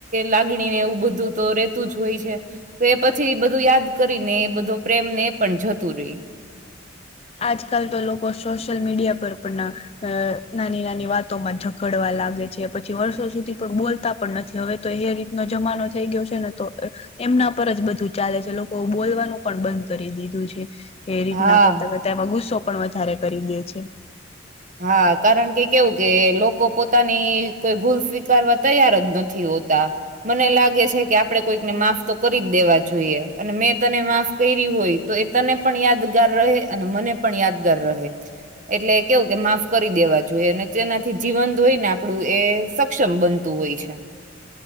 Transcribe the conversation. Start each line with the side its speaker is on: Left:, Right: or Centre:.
Right: લાગણી ને એવું બધું તો રેતું જ હોય છે. તો એ પછી બધું યાદ કરીને એ બધો પ્રેમને એ પણ જતું રહી.
Left: આજકાલ તો લોકો સોશિયલ મીડિયા પર પણ અ નાની નાની વાતોમાં જ ઘડવા લાગે છે, પછી વર્ષો સુધી પણ બોલતા પણ નથી હવે તો એ રીતનો જમાનો થઈ ગયો છે ને તો એમના પર જ બધું ચાલે છે, લોકો બોલવાનું પણ બંધ કરી દીધું છે. એ રીતના
Right: હા
Left: કરતા કરતા એમાં ગુસ્સો પણ વધારે કરી દે છે.
Right: હા કારણ કે કેઉ કે લોકો પોતાની કોઈ ભૂલ સ્વીકારવા તૈયાર જ નથી હોતા મને લાગે છે કે આપડે કોઈકને માફ તો કરી જ દેવા જોઈએ અને મેં તને માફ કયરી હોય તો એ તને પણ યાદગાર રહે અને મને પણ યાદગાર રહે એટલે કેવું કે માફ કરી દેવા જોઈએ અને જેનાથી જીવન ધ હોઈ ને આપડું એ સક્ષમ બનતું હોય છે,